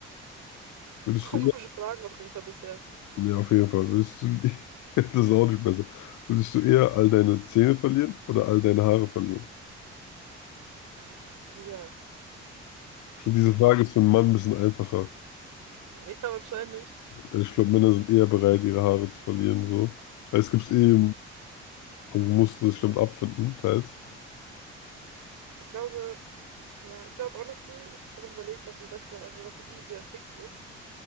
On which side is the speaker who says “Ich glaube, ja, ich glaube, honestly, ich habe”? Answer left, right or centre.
Right